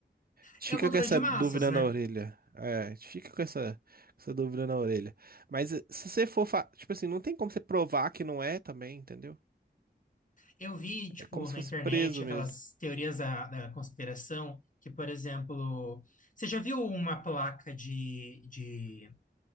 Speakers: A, on the right (about 55°); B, on the left (about 45°).
A: Fica
B: é o controle
A: com essa
B: de massas,
A: dúvida
B: né?
A: na orelha. É, fica com essa, essa dúvida na orelha. Mas eh, se você for, fa- tipo assim, não tem como você provar que não é também, entendeu?
B: Eu vi, tipo,
A: É como se
B: na
A: fosse
B: internet
A: preso
B: aquelas
A: mesmo.
B: teorias da, da conspiração que, por exemplo, você já viu uma placa de, de,